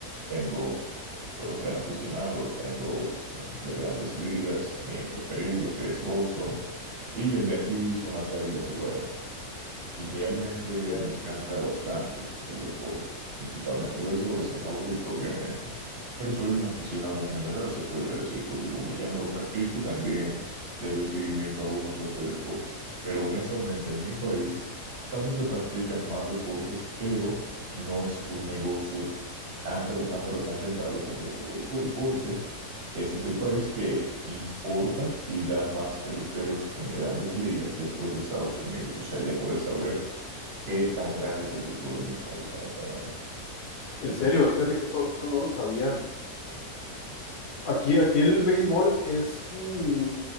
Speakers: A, on the right; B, on the left.
A: tengo, soy un gran aficionado, tengo un equipo de grandes ligas, mi preferido que es Boston, y el de aquí son las Águilas Ibaeñas y realmente
B: Ok.
A: me encanta bastante el deporte, principalmente el béisbol es mi favorito, obviamente, pero soy un aficionado en general, se podría decir, porque como ya no lo practico, también le doy seguimiento a uno que otro deporte. Pero honestamente, en mi país también se practican más deportes, pero no es un negocio tan, pero tan, pero tan rentable como lo es el béisbol, porque este es el país que importa y da más peloteros en grandes ligas después de Estados Unidos. O sea, ya puedes saber qué tan grande es el béisbol en Micronavis, honestamente.
B: En serio, fíjate que eso, eso no lo sabía. Aquí, aquí el béisbol es, mm,